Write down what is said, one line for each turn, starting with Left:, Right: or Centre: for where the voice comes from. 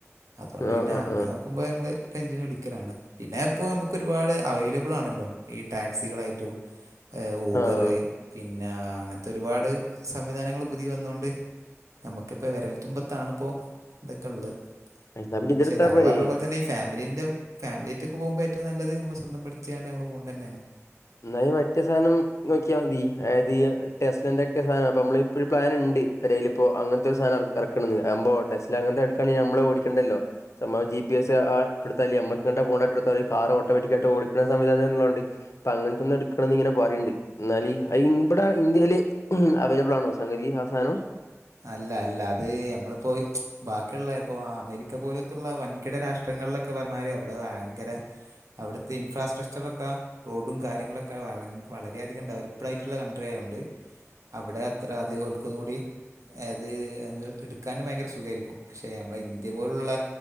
Right: അതോണ്ട്
Left: ആഹ്
Right: പിന്നെ
Left: ആഹ്
Right: അങ്ങനെയൊക്കെ
Left: ആഹ്
Right: പോവുബോ ഞങ്ൾ റെന്റിന് വിളിക്കലാണ് പിന്നെ ഇപ്പൊ അമക്ക് ഒരുപാട് അവൈലബിൾ ആണല്ലോ ഈ ടാക്സികളായിട്ടും ഏഹ് ഊബറ്
Left: ആഹ്.
Right: പിന്നാ അങ്ങൻത്തെ ഒരുപാട് സംവിധാനങ്ങൾ പുതിയ വന്നതോണ്ട് നമ്മക്കിപ്പോ വെരൽത്തുമ്പത്താണ്പ്പോ ഇതൊക്കെള്ളത്
Left: എന്നാ പിന്നെ ഇതെടുത്താ
Right: പക്ഷേ താങ്കൾ
Left: പോരേ.
Right: പറഞ്ഞ പോലെ തന്നെ ഫാമിലിൻ്റെ ഫമിലായിറ്റൊക്കെ പോകുമ്പോ ഏറ്റവും നല്ല നമ്മ സ്വന്തംഠിച്ചാണ്ട് നമ്മൾ പോണ്ട തന്നെയാണ്
Left: എന്നായ മറ്റേ സാനം നോക്കിയാ മതി അതായത് ടെസ്ലന്റോക്കെ സാനാ അപ്പൊ അമ്മള് ഇപ്പോ ഒരു പ്ലാൻണ്ട്. പെരയിലിപ്പോ അങ്ങൻത്തെ ഒരു സാനം എറക്കണന്ന് അവുമ്പോ ടെസ്ല അങ്ങനത്തെടുക്കണെ അമ്മള് ഓടിക്കണ്ടല്ലോ? സംഭവം ജി പി എസ് ആ ട്ടൊടുത്താല് അമ്മക്ക്ങ്ങോട്ട പോണെട്ട എടുത്തല് കാർ ഓട്ടോമാറ്റിക്കയിട്ട് ഓടിക്കണ സംവിധാനള്ളോണ്ട്. പ്പ അങ്ങനത്തെന്ന എടുക്കണ എന്ന്ങ്ങനെ പറയുണ്ട് എന്നാല് അ ഇവിടെ ഇന്ത്യൽ അവൈലബിൾ ആണോ സംഗതി ആ സാധനം
Right: അല്ല അല്ല അത് നമ്മളിപ്പോ ബാക്കിയുള്ള ഇപ്പൊ അമേരിക്ക പോലത്തുള്ള വൻകിട രാഷ്ട്ര ട്രങ്ങളിലൊക്കെ പറഞ്ഞാരി അവിടെ വയങ്കര അവിടത്തെ ഇൻഫ്രാസ്ട്രക്ചറൊക്കെ റോഡും കാര്യങ്ങളൊക്കെ വ വളരെയധികം ഡെവലപ്ഡ് ആയിട്ടുള്ള കൺട്രി ആയൊണ്ട് അവ്ടെ അത്ര അതികം ഓൽക്കൊന്നുടി എത് എന്നൊരു ഇട്ക്കാൻ ഭയങ്കര സുഖായിരിക്കും പക്ഷേ നമ്മള ഇന്ത്യ പോലുള്ള